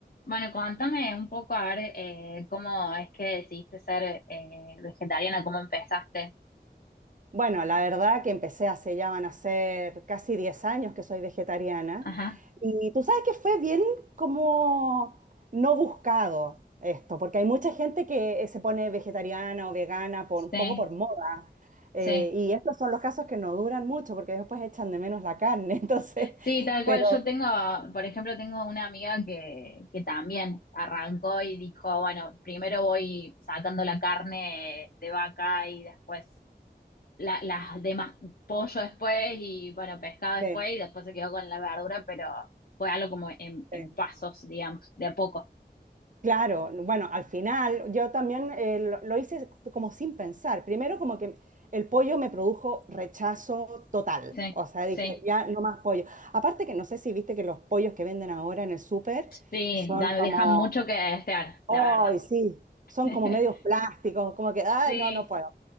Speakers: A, on the left (about 60°); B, on the right (about 50°).
A: Bueno, contame un poco a ver eh, cómo es que decidiste ser eh, vegetariana, cómo empezaste.
B: Bueno, la verdad que empecé hace ya van a ser casi 10 años que soy vegetariana
A: Ajá,
B: y tú sabes que fue bien como no buscado esto, porque hay mucha gente que eh, se pone vegetariana o vegana por,
A: sí,
B: un poco por moda eh,
A: sí.
B: y estos son los casos que no duran mucho porque después echan de menos la carne, <laughs> entonces,
A: Sí, tal
B: pero
A: cual. Yo tengo, por ejemplo, tengo una amiga que, que también arrancó y dijo, bueno, primero voy sacando la carne de vaca y después la- las demás pollo después y bueno, pescado después
B: sí,
A: y después se quedó con la verdura, pero fue algo como en,
B: sí.
A: en pasos, digamos, de a poco.
B: Claro, bueno, al final yo también eh, lo, lo hice como sin pensar. Primero como que el pollo me produjo rechazo total,
A: Sí,
B: o sea, dije,
A: sí.
B: ya no más pollo. Aparte que no sé si viste que los pollos que venden ahora en el súper
A: Sí,
B: son
A: da-
B: como,
A: dejan mucho que desear,
B: ¡ay,
A: la verdad.
B: sí! Son
A: <laughs>
B: como medios plásticos, como que, ¡ay,
A: Sí,
B: no, no puedo!